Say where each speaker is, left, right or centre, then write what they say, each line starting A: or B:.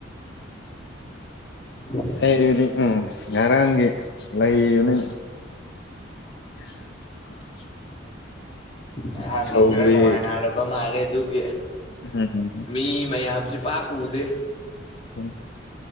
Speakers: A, on the left (about 30°); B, on the left (about 55°).
A: ꯎ
B: ꯑꯩꯕꯨꯗꯤ ꯎꯝ ꯉꯔꯥꯡꯒꯤ ꯂꯩꯕꯅꯤ <unintelligible>
A: ꯑꯩꯍꯥꯡꯒꯤ
B: ꯁꯧꯒ꯭ꯔꯤ
A: ꯈꯔ ꯅꯨꯡꯉꯥꯏꯅꯔꯕ ꯃꯥꯜꯂꯦ ꯑꯗꯨꯒꯤ
B: ꯎꯝ
A: ꯃꯤ ꯃꯌꯥꯝꯁꯤ ꯄꯥꯛ ꯎꯗꯦ
B: ꯎꯝ